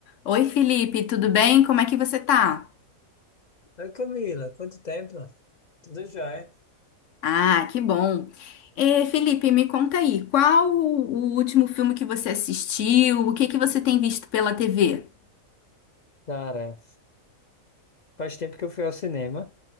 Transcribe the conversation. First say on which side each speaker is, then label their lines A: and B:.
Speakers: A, on the left; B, on the left.
A: Oi, Felipe, tudo bem? Como é que você tá?
B: Oi, Camila, quanto tempo? Tudo jóia?
A: Ah, que bom. Eh, Felipe, me conta aí, qual o o último filme que você assistiu? O que que você tem visto pela TV?
B: Cara, faz tempo que eu fui ao cinema,